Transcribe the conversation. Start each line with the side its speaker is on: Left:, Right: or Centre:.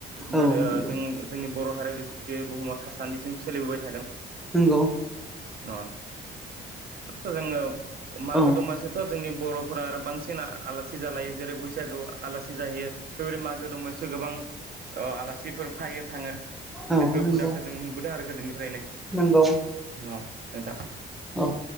Right: गोदो
Centre: औ नंगौ
Right: जों जोंनि बर' हारि बे बुहुमाव थासान्दिसिम सोलिबोबाय थागोन
Centre: नंगौ
Right: अ आरोथ' जोङो मागो
Centre: औ
Right: दमासिथ' जोंनि बर'फोरा आरो बांसिन आ आलासि जालायो जेरै बैसागो आलासि जाहैयो बेबायदि मागो दंसो गोबां आलासिफोर फैयो थाङो
Centre: औ
Right: बे
Centre: नंगौ
Right: हुदाखौ जों नुबोदों आरो गोदोनिफ्रायनो
Centre: नंगौ
Right: नोंथां
Centre: औ